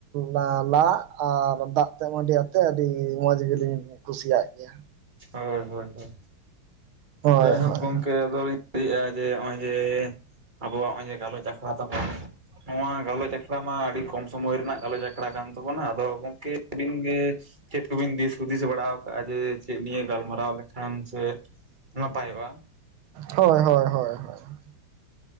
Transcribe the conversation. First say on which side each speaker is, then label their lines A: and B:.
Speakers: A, on the right; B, on the right.
A: ᱞᱟ ᱞᱟᱫ ᱟᱨ ᱫᱟᱜ ᱛᱮ ᱢᱟᱹᱰᱤ ᱟᱛᱮ ᱟᱹᱰᱤ ᱢᱚᱸᱡᱽ ᱜᱮᱞᱤᱧ ᱠᱩᱥᱤᱭᱟᱜ ᱜᱮᱭᱟ।
B: ᱦᱳᱭ ᱦᱳᱭ ᱦᱳᱭ
A: ᱦᱳᱭ
B: ᱡᱟᱭᱦᱳᱠ
A: ᱦᱳᱭ
B: ᱜᱚᱝᱠᱮ ᱟᱫᱚᱞᱤᱧ ᱞᱟᱹᱭᱮᱜᱼᱟ ᱡᱮ ᱱᱚᱜᱼᱚᱭ ᱡᱮ ᱟᱵᱚᱣᱟᱜ ᱱᱚᱜᱼᱚᱭ ᱡᱮ ᱜᱟᱞᱚᱪ ᱟᱠ <unintelligible> ᱛᱟᱵᱚᱱ, ᱱᱚᱣᱟ ᱜᱟᱞᱚᱪ ᱟᱠᱷᱲᱟ ᱢᱟ ᱟᱹᱰᱤ ᱠᱚᱢ ᱥᱚᱢᱚᱭ ᱨᱮᱱᱟᱜ ᱜᱟᱞᱚᱪ ᱟᱠᱷᱲᱟ ᱠᱟᱱ ᱛᱟᱵᱚᱱᱟ ᱟᱫᱚ ᱜᱚᱝᱠᱮ ᱟᱹᱵᱤᱱ ᱜᱮ ᱪᱮᱫ ᱠᱚᱵᱤᱱ ᱫᱤᱥ ᱦᱩᱫᱤᱥ ᱵᱟᱲᱟ ᱠᱟᱜᱼᱟ ᱡᱮ ᱪᱮᱫ ᱱᱤᱭ ᱜᱟᱞᱢᱟᱨᱟᱣ ᱞᱮᱠᱷᱟᱱ ᱥᱮ ᱱᱟᱯᱟᱭᱚᱜᱼᱟ
A: ᱦᱳᱭ ᱦᱳᱭ ᱦᱳᱭ <unintelligible>